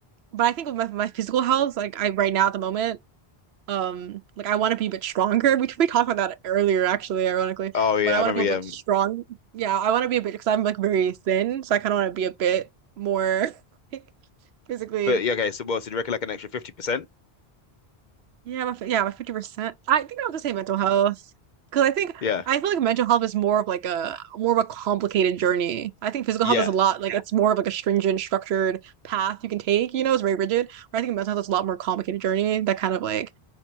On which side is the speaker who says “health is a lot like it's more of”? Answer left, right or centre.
Right